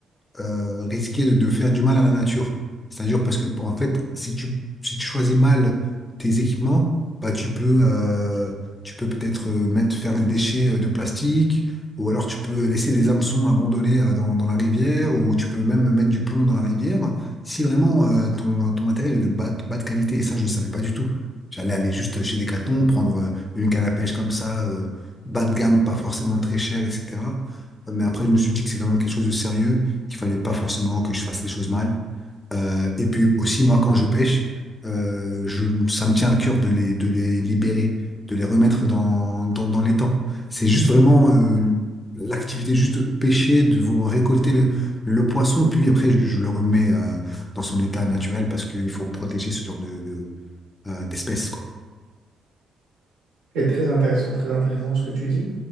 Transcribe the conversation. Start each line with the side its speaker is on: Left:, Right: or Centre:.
Left: euh, risquer de, de faire du mal à la nature. C'est-à-dire parce que, en fait, si tu, si tu choisis mal tes équipements, bah, tu peux, euh, tu peux peut-être euh, mettre, faire des déchets euh, de plastique, ou alors tu peux laisser des hameçons abandonnés euh, dans, dans la rivière, ou tu peux même mettre du plomb dans la rivière, si vraiment euh, ton, ton matériel est de bas, bas de qualité. Et ça, je ne savais pas du tout. J'allais aller juste chez Decathlon, prendre euh, une canne à pêche comme ça, euh, bas de gamme, pas forcément très chère, etc. Mais après, je me suis dit que c'est quand même quelque chose de sérieux, qu'il fallait pas forcément que je fasse des choses mal. Euh, et puis aussi, moi, quand je pêche, euh, je, ça me tient à cœur de les, de les libérer, de les remettre dans, dans, dans l'étang C'est juste vraiment euh, l'activité juste de pêcher, de vous récolter le, le poisson, puis après, je, je le remets euh, dans son état naturel parce qu'il faut protéger ce genre de, de, euh, d'espèces, quoi.
Right: C'est très intéressant, très intéressant ce que tu dis.